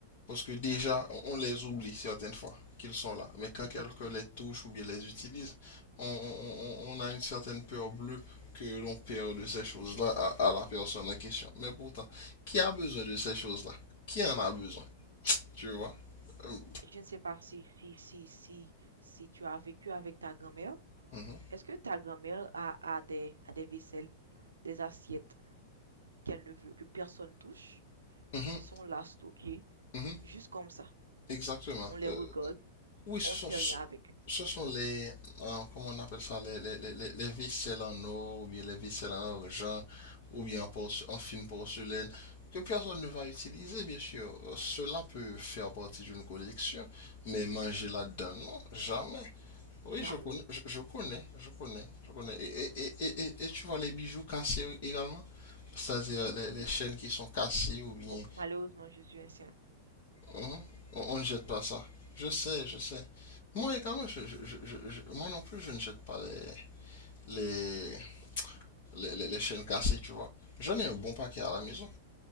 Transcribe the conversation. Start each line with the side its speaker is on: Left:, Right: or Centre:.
Left: Parce que déjà,
Right: Mhm,
Left: on les oublie certaines fois qu'ils sont là. Mais quand
Right: exactement.
Left: quelqu'un les touche ou bien les utilise, on, on- on- on a une certaine peur bleue que l'on perd de ces choses-là à, à la personne en question. Mais pourtant, qui a besoin de ces choses-là? Qui en a besoin? Tu vois? Euh,
Right: Je ne sais pas si, si, si, si, si tu as vécu avec ta grand-mère.
Left: mhm,
Right: Est-ce que ta grand-mère a, a des, a des vaisselles, des assiettes qu'elle ne veut que personne touche,
Left: mhm,
Right: qui sont là stockées,
Left: mhm,
Right: juste comme ça?
Left: exactement.
Right: On les
Left: Euh,
Right: regarde,
Left: Oui, ce
Right: on
Left: sont,
Right: ne fait
Left: ce
Right: rien avec.
Left: ce sont les, euh, comment on appelle ça, les, les, les, les les ficelles en or, ou bien les ficelles en argent, ou bien en, porce- en fine porcelaine, que personne ne va utiliser, bien sûr. Euh, Cela peut faire partie d'une collection, mais manger là-dedans, non, jamais. Oui,
Right: Jamais.
Left: je connais, je, je connais, je connais, je connais. Et, et, et, et, et- et tu vois les bijoux cassés également? C'est-à-dire les,
Right: Mhm.
Left: les chaînes qui sont cassées, ou bien
Right: Oh, malheureusement, je suis un sien.
Left: Mhm. On, on ne jette pas ça. Je sais, je sais. Moi également, je, je- je- je- moi non plus, je ne jette pas les, les, les, les- les chaînes cassées, tu vois. J'en ai un bon paquet à la maison.